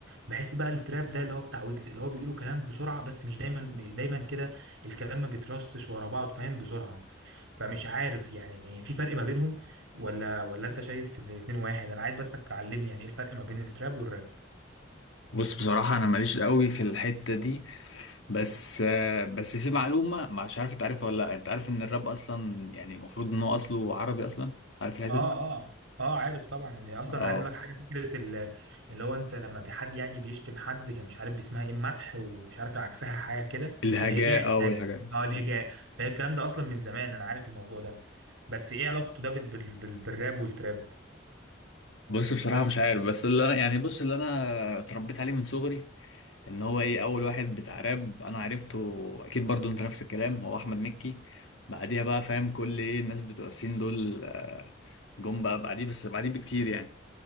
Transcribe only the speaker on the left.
بص بصراحة أنا ماليش قوي في الحتة دي بس آه، بس في معلومة مش عارف انت عارفها ولا لا انت عارف ان الراب اصلا يعني المفروض ان هو اصله عربي اصلا عارف الحتة
دي
اه
الهجاء
اه والهجاء
آه.
بص بصراحة مش عارف بس اللي أنا- يعني بص اللي انا اتربيت عليه من صغري ان هو ايه اول واحد بتاع راب انا عرفته اكيد برضو انت نفس الكلام هو احمد مكي بعديها بقى فاهم كل ايه الناس بتوع السين دول آه، جم بقى بعديه بس بعديه بكتير يعني